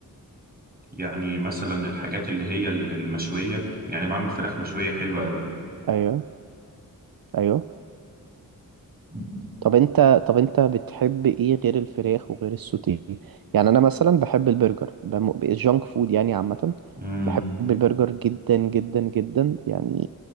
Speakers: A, on the right; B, on the right.
A: يعني مثلا الحاجات اللي هي المشوية يعني بعمل فراخ مشوية حلوة
B: ايوه ايوه
A: قوي
B: طب انت طب انت بتحب ايه غير الفراخ وغير السوتيه يعني انا مثلا بحب البرجر بم... الجانك فود يعني عامة
A: امم
B: بحب البرجر جدا جدا جدا يعني